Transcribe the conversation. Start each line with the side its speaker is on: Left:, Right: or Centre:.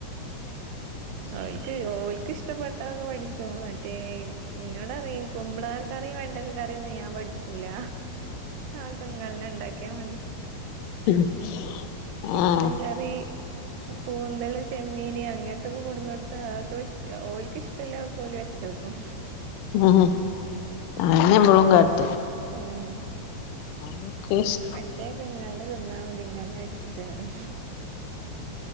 Right: അവിൽക് ഓൽക്കിഷ്ടപ്പെട്ടൊക്കെ പഠിചോ മറ്റേ ഇങ്ങട് അറിയിക്കുമ്പള് കറി വേണ്ടക്ക കറിയൊന്നും ഞാൻ പഠിച്ചൂല ആൾക്കെങ്ങന്നെലും ഒണ്ടാക്കിയാ മതി
Left: <unintelligible>
Right: ചിക്കൻ
Left: ആഹ്
Right: കറി കൂന്തള് ചെമ്മീന് അങ്ങനത്തൊക്കെ കൂടുന്നടുത്ത് ആക്ക് ഒച് ഓലക്ക് ഇഷ് ട്ടല്ലക്കൊല് ഒച്ച വെക്കും
Left: ഉം അങ്ങനെബളും കാട്ട
Right: ഏഹ്
Left: നികേഷ്
Right: മറ്റേക്കെ ഇങ്ങള് തിന്നാ മതി ഇങ്ങള് വെച്ചിട്ട് കറി